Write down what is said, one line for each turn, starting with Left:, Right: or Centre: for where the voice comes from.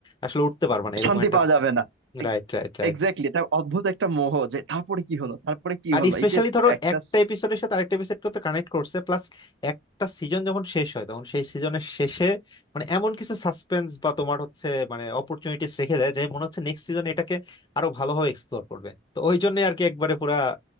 Left: আসলে উঠতে পারবে না এরকম
Right: শান্তি
Left: একটা
Right: পাওয়া যাবে না
Left: Right right right
Right: এক্স্যাক্টলি এটা অদ্ভুত একটা মোহ যে তারপরে কি হলো তারপরে কি
Left: আর
Right: হলো
Left: স্পেশালি
Right: এই যে
Left: ধরো
Right: একটা
Left: একটা
Right: স-
Left: এপিসোডের সাথে আরেকটা এপিসোডকে তো কানেক্ট করছে প্লাস একটা সিজন যখন শেষ হয় তখন সেই সিজনের শেষে মানে এমন কিছু সাসপেন্স বা তোমার হচ্ছে মানে অপরচুনিটিস রেখে দেয় যে মনে হচ্ছে নেক্সট সিজন এটাকে আরো ভালোভাবে এক্সপ্লোর করবে তো ওই জন্য আর কি একবারে পুরা